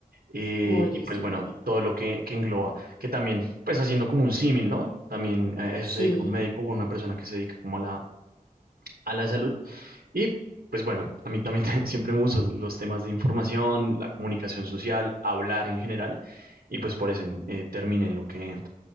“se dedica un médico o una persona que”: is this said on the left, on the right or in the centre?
Right